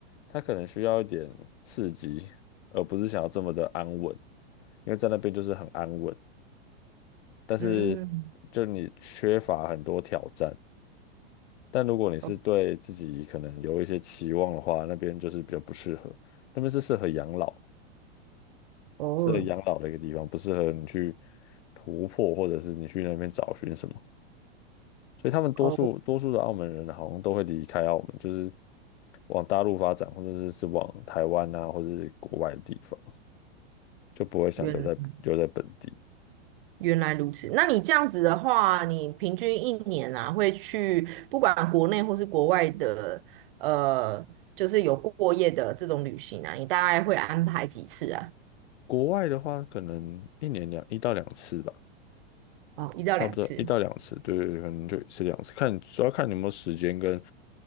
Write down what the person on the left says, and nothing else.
他可能需要一点刺激，而不是想要这么的安稳，因为在那边就是很安稳。但是就你缺乏很多挑战。
但如果你是对自己可能有一些期望的话，
那边就是比较不适合，那边是适合养老，
适合养老的一个地方，不适合你去突破，或者是你去那边找寻什么。所以他们多数多数的澳门人好像都会离开澳门，
就是往大陆发展，或者是是往台湾啊，或者是国外的地方，就不会想留在留在本地。
国外的话，可能一年两一到两次吧。
差不多一到两次，对对对，可能就一次两次，看主要看你有没有时间跟